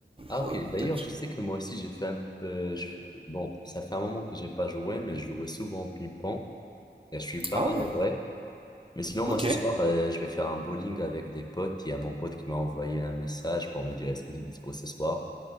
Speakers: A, on the left; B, on the right.
A: Ah
B: Faudrait
A: ok, d'ailleurs
B: peut-être.
A: je sais que moi aussi j'ai fait un peu... je fais- Bon, ça fait un moment que j'ai pas joué, mais je jouais souvent au ping-pong et je suis pas
B: Ah
A: mal
B: ouais.
A: en vrai. Mais sinon
B: Ok.
A: moi ce soir euh, je vais faire un bowling avec des potes. Il y a mon pote qui m'a envoyé un message pour me dire est-ce que tu es dispo ce soir?